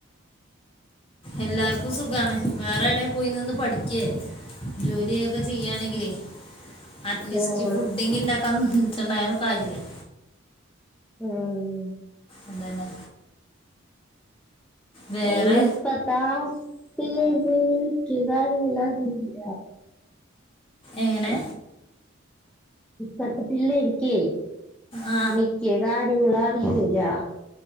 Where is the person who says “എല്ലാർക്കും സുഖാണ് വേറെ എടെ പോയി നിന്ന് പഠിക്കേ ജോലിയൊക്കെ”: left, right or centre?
Left